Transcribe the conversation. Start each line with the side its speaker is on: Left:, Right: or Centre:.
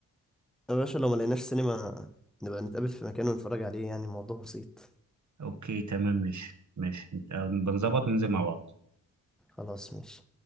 Centre: يا باشا لو ما لقيناش سينما نبقى نتقابل في مكان ونتفرج عليه يعني الموضوع بسيط
Right: اوكي تمام ماشي ماشي آه، بنظبط وننزل مع بعض
Centre: خلاص ماشي